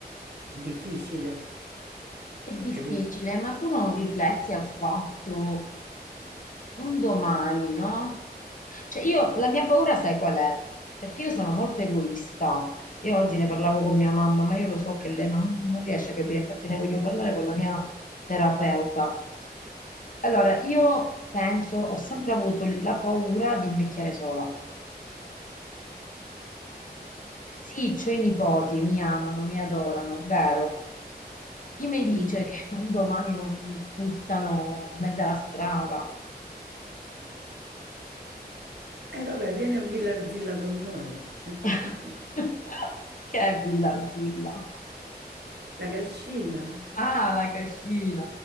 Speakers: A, on the right (about 80°); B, on the left (about 50°).
A: difficile,
B: È difficile,
A: capito?
B: ma tu non rifletti al fatto un domani, no? Cioè io, la mia paura sai qual è? Perché io sono molto egoista. Io oggi ne parlavo con mia mamma, ma io lo so che lei non, non riesce a capire, infatti ne voglio parlare con la mia terapeuta. Allora, io penso, ho sempre avuto il- la paura di invecchiare sola. Sì, c'ho i nipoti, mi amano, mi adorano, vero? Chi mi dice
A: Mm.
B: che un domani non mi buttano in mezzo alla strada?
A: E vabbè, vieni a Villarzilla con noi, <laughs>
B: <laughs> Che è Villarzilla?
A: la cascina.
B: Ah, la cascina.